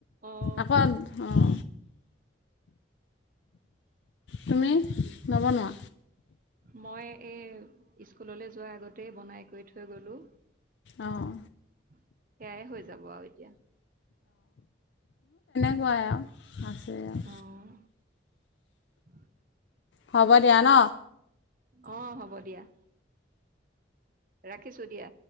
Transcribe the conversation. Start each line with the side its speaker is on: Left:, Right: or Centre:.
Right: অঁ
Left: আকৌ অ' তুমি নবনোৱা?
Right: মই এই স্কুললৈ যোৱাৰ আগতেই বনাই কৰি থৈ গলোঁ।
Left: অঁ
Right: বেয়াই হৈ যাব আৰু এতিয়া।
Left: কুৱাই আহ আছে আহ।
Right: অঁ <unintelligible>
Left: হ'ব দিয়া ন।
Right: অ' হ'ব দিয়া, ৰাখিছোঁ দিয়া।